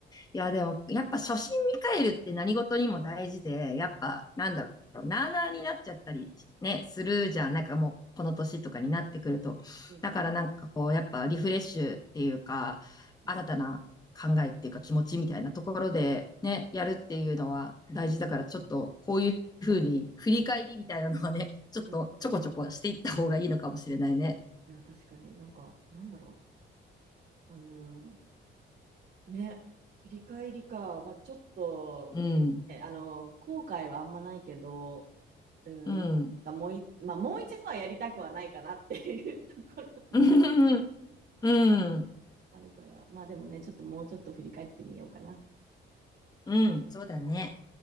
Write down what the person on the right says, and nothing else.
うんうん
うん
うんうんうんいや、確かになんか、なんだろう。あのーね、振り返りか。まあ、ちょっと、
え、あのー後悔はあんまないけど、うん、
またもうい、まあ、もう一度はやりたくはないかなっていう <laughs> ところでは
あるから、まあでもね、ちょっともうちょっと振り返ってみようかな。